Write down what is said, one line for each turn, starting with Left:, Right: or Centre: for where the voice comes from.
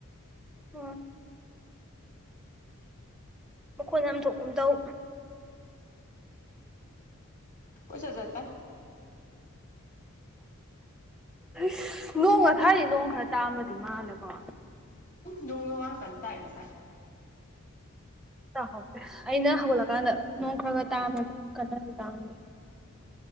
Centre: ꯎꯝ ꯃꯈꯣꯏꯅ ꯑꯃꯊꯣꯛꯀꯝ ꯇꯧ
Left: ꯀꯣꯏꯆꯠ ꯆꯠꯄꯩ
Centre: ꯑꯁ ꯅꯣꯡꯒ ꯊꯥꯏꯗꯤ ꯅꯣꯡ ꯈꯔ ꯇꯥꯝꯃꯗꯤ ꯃꯥꯜꯂꯦꯀꯣ
Left: ꯅꯣꯡꯉꯋ꯭ꯥꯏ ꯀꯟ ꯇꯥꯏ ꯉꯁꯥꯏ
Centre: ꯇꯥꯍꯧꯗꯦ ꯑꯩꯅ ꯍꯧꯒꯠꯂꯀꯥꯟꯗ ꯅꯣꯡ ꯈꯔꯒ ꯇꯥꯡꯕ ꯀꯟꯅꯗꯤ ꯇꯥꯡꯟꯗꯦ